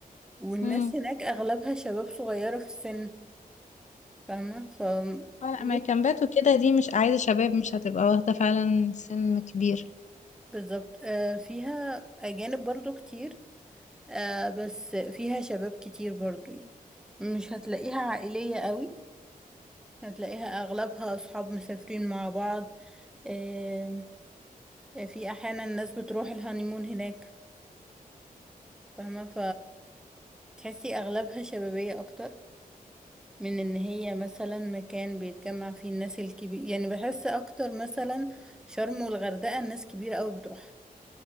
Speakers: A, in the centre; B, on the left (about 55°).
A: والناس
B: قوي
A: هناك اغلبها شباب صغيرة في السن فاهمة ف
B: اه لا
A: مت-
B: ما كامبات وكده دي مش عايزة شباب مش هتبقى واخدة فعلا سن كبير
A: بالظبط آه فيها اجانب برضو كتير آه بس فيها شباب كتير برضو يعني مش هتلاقيها عائلية قوي هتلاقيها اغلبها اصحاب مسافرين مع بعض آه في احيانا الناس بتروح الهانيمون هناك فاهمة فتحسي اغلبها شبابية اكتر من ان هي مثلا مكان بيتجمع فيه الناس الكبير يعني بحس اكتر مثلا شرم والغردقة الناس كبيرة قوي بتروحها